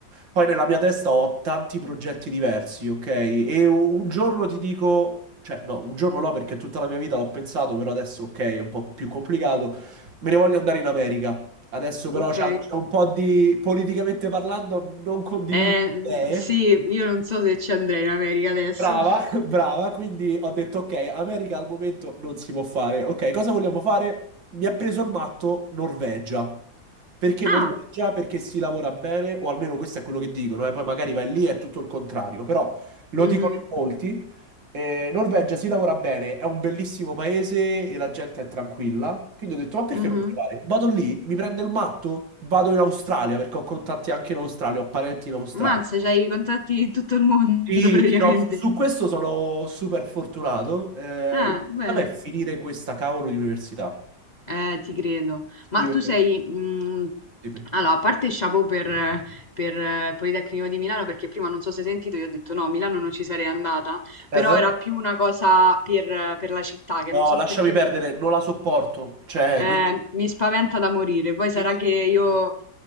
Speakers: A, on the right (about 80°); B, on the left (about 40°).
A: poi nella mia testa ho tanti progetti diversi, ok? E u- un giorno ti dico, cioè no, un giorno no perché tutta la mia vita l'ho pensato, però adesso ok, è un po' più complicato. Me ne voglio andare in America. Adesso però
B: Ok.
A: c'è c'è un po' di, politicamente parlando, non condivido
B: Eh, mm,
A: le
B: sì,
A: idee.
B: io non so se ci andrei in America adesso.
A: Brava,
B: <laughs>
A: <laughs> brava, quindi ho detto ok, America al momento non si può fare. Ok, cosa vogliamo fare? Mi ha preso il matto Norvegia. Perché
B: Ah,
A: Norvegia? Perché si lavora bene, o almeno questo è quello che dicono, eh, Poi magari vai lì e è tutto il contrario, però lo
B: mhm,
A: dicono in molti. Eh, Norvegia si lavora bene, è un bellissimo paese e la gente è tranquilla. Quindi ho detto, ma perché
B: mhm.
A: non provare? Vado lì, mi prende il matto, vado in Australia perché ho contatti anche in Australia, ho parenti in Australia.
B: Mazza, c'hai i contatti di tutto il mondo
A: Sì,
B: <laughs> praticamente.
A: sì, no, su, su questo sono super fortunato. Eh,
B: Ah,
A: il
B: bene.
A: problema è finire questa cavolo di università.
B: Eh, ti credo. Ma
A: Io...
B: tu sei... mm,
A: Dimmi.
B: allora, a parte chapeau per, eh, per eh, Politecnico di Milano, perché prima non so se hai sentito, io ho detto no, a Milano non ci sarei andata, però
A: Eh?
B: era più una cosa per, eh, per la città, che
A: No,
B: non so
A: lasciami
B: perché
A: perdere,
B: mi,
A: non la sopporto. Cioè,
B: eh,
A: quindi...
B: mi spaventa da morire. Poi sarà
A: sì.
B: che io